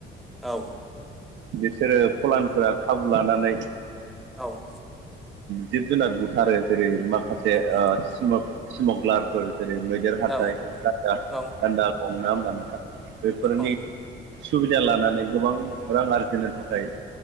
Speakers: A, in the centre; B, on the right (about 70°).
A: औ
B: बिसोरो फलानफोरा खाबु लानानै
A: औ
B: जिब जुनार बुथारो जेरै- माखासे
A: उम
B: ओ स्मक स्मकलारफोर जेरै- मैदेर हाथाइ
A: औ
B: गान्दा
A: औ उम औ
B: गान्दा गं नङा होमबा नोंथां बेफोरनि
A: औ
B: सुबिदा लानानै गोबां रां आर होनो थाखाय